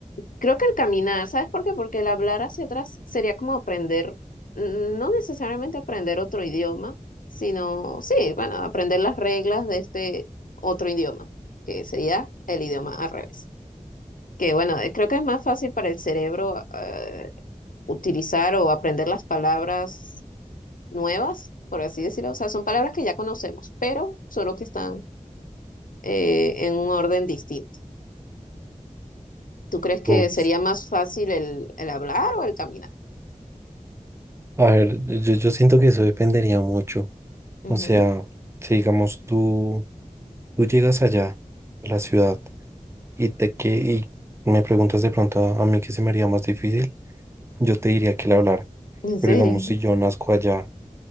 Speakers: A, on the left; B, on the right.
A: Creo que el caminar, ¿sabes por qué? Porque el hablar hacia atrás sería como aprender, mm, no necesariamente aprender otro idioma, sino, sí, bueno, aprender las reglas de este otro idioma, que sería el idioma al revés. Que bueno, eh, creo que es más fácil para el cerebro eh, utilizar o aprender las palabras nuevas, por así decirlo. O sea, son palabras que ya conocemos, pero solo que están eh, en un orden distinto. ¿Tú crees que
B: <laughs>
A: sería más fácil el, el hablar o el caminar?
B: A ver, yo, yo siento que eso dependería mucho.
A: Ujú.
B: O sea, si digamos tú, tú llegas allá, a la ciudad, y te que y me preguntas de pronto a, a mí qué se me haría más difícil, yo te diría que el hablar.
A: ¿En
B: Pero
A: serio?
B: digamos, si yo nazco allá